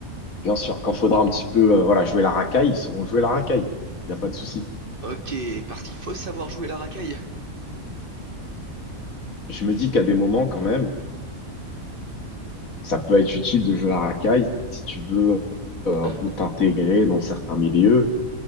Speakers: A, on the left (about 70°); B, on the right (about 40°).
A: bien sûr. Quand faudra un petit peu, euh, voilà, jouer la racaille, ils sauront jouer la racaille. Il n'y a pas de souci.
B: Ok, parce qu'il faut savoir jouer la racaille.
A: je me dis qu'à des moments, quand même, ça peut être utile de jouer à racaille si tu veux euh,
B: <laughs>
A: un peu t'intégrer dans certains milieux.